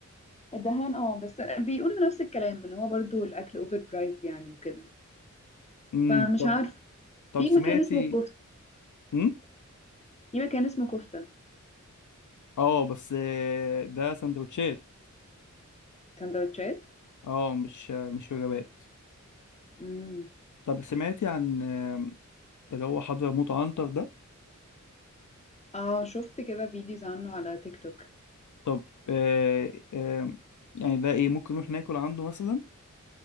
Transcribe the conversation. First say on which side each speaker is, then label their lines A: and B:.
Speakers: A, on the left; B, on the left.
A: الدهان اه بس بيقولوا نفس الكلام ان هو برضو الاكل اوفر برايسد يعني وكده
B: امم
A: فمش
B: طب
A: عارف
B: طب
A: في
B: سمعتي
A: مكان اسمه كفته
B: امم
A: في مكان اسمه كفته
B: اه بس آه، ده سندوتشات
A: سندوتشات
B: اه مش مش وجبات
A: امم
B: طب سمعتي عن آم، اللي هو حضرموت عنتر ده
A: اه شفت كده فيديوز عنه على تيك توك
B: طب آه، آم، يعني ده ايه ممكن نروح ناكل عنده مثلا